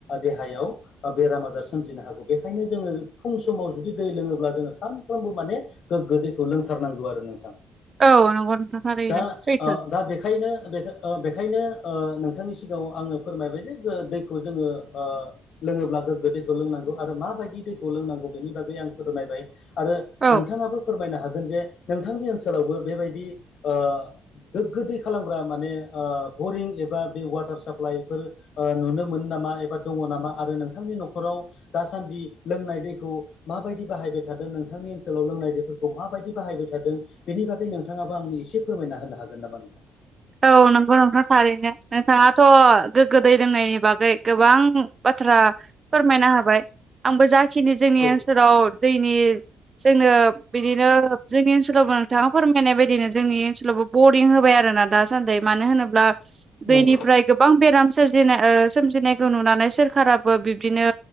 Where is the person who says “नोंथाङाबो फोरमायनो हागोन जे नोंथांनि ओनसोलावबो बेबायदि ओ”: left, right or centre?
Left